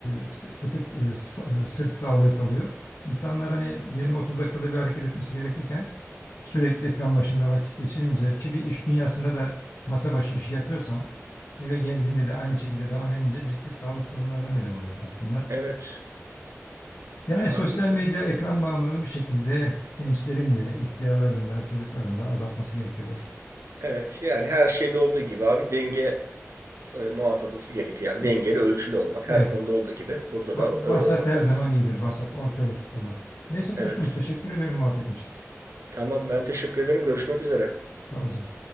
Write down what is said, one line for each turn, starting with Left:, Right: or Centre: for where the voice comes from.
Left: e, s- fıtık, e, s- e, sırt sağlığı kalıyor. İnsanlar hani 20-30 dakikada bir hareket etmesi gerekirken sürekli ekran başında vakit geçirince ki bir iş dünyasında da masa başı işi yapıyorsan eve geldiğinde de aynı şekilde devam edince ciddi sağlık sorunlarına neden oluyor aslında.
Right: Evet.
Left: Yani sosyal
Right: Haklısın.
Left: medya ekran bağımlılığını bir şekilde gençlerin de, ihtiyarların da, çocukların da azaltması gerekiyor dostum.
Right: Evet. Yani her şeyde olduğu gibi abi denge e, muhafazası gerekiyor. Yani dengeli
Left: Evet,
Right: ölçülü olmak
Left: evet.
Right: her konuda olduğu gibi burada
Left: Va-
Right: da
Left: Vasat
Right: öyle olmak
Left: her
Right: lazım.
Left: zaman iyidir, vasat, orta yolu tutturmak. Neyse
Right: Evet.
Left: dostum, teşekkür ediyorum muhabbetin için.
Right: Tamam ben teşekkür ederim. Görüşmek üzere.
Left: Sağ ol canım.